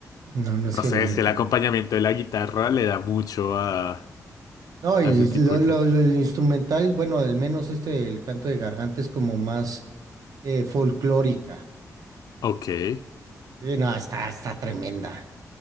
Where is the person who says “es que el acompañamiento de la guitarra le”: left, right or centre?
Left